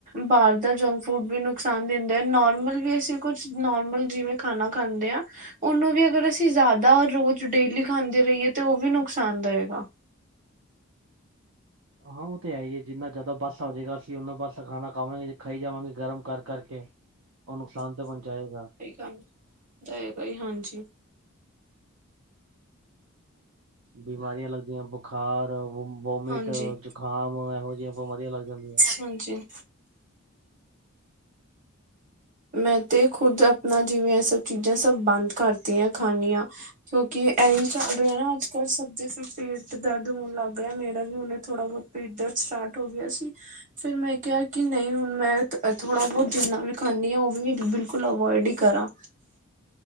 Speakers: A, on the right; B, on the right.
A: ਬਾਹਰ ਦਾ ਜੰਕ ਫੂਡ ਵੀ ਨੁਕਸਾਨ ਦਿੰਦਾ ਐ। ਨੋਰਮਲ ਵੀ ਅਸੀਂ ਕੁਛ ਨੋਰਮਲ ਜਿਵੇਂ ਖਾਣਾ ਖਾਂਦੇ ਆ ਉਹਨੂੰ ਵੀ ਅਗਰ ਅਸੀਂ ਜ਼ਿਆਦਾ ਰੋਜ਼ ਡੇਲੀ ਖਾਂਦੇ ਰਹੀਏ ਤਾਂ ਉਹ ਵੀ ਨੁਕਸਾਨ ਦੇਗਾ।
B: ਹਾਂ ਉਹ ਤੇ ਹੈ ਹੀ ਹੈ ਜਿੰਨਾ ਜਿਆਦਾ ਬੱਸ ਆਜੇ ਗਾ ਅਸੀ ਉਹਨਾ ਬੱਸ ਖਾਣਾ ਖਾਵਾਂਗੇ ਖਾਈ ਜਾਵਾਂਗੇ ਗਰਮ ਕਰ ਕਰਕੇ ਉਹ ਨੁਕਸਾਨ ਤਾਂ ਪਹੁੰਚਾਏਗਾ
A: ਹੂੰ ਦੇਗਾ ਈ ਹਾਂਜੀ।
B: ਬਿਮਾਰੀਆਂ ਲੱਗਦੀਆਂ ਬੁਖਾਰ ਵੁ ਵੋਮਿਟ,
A: ਹਾਂਜੀ
B: ਜੁਕਾਮ ਇਹੋ ਜਿਹੀਆ ਬਿਮਾਰੀਆ ਲੱਗ ਜਾਂਦੀਆਂ।
A: ਹਾਂਜੀ ਮੈਂ ਤੇ ਖੁਦ ਆਪਣਾ ਜਿਵੇਂ ਇਹ ਸਭ ਚੀਜ਼ਾਂ ਸਭ ਬੰਦ ਕਰਤੀਆਂ ਖਾਣੀਆਂ ਕਿਉਂਕਿ ਐਹੀ ਚੱਲ ਰਿਹਾ ਨਾ ਅੱਜ-ਕੱਲ ਸਬ ਦੇ ਫਿਰ ਪੇਟ ਚ ਦਰਦ ਹੋਣ ਲੱਗ ਗਿਆ ਮੇਰਾ ਵੀ ਹੁਨੇ ਥੋੜ੍ਹਾ ਬੋਤ ਪੇਟ ਦਰਦ ਸਟਾਟ ਹੋ ਗਿਆ ਸੀ, ਫੇਰ ਮੈਂ ਕਿਹਾ ਕਿ ਨਈ ਹੁਣ ਮੈਂ ਥੋੜਾ ਬੋਤ ਜਿੰਨਾ ਵੀ ਖਾਂਣੀ ਆ ਉਹ ਵੀ ਬਿਲਕੁਲ ਅਵੋਇਡ ਈ ਕਰਾਂ।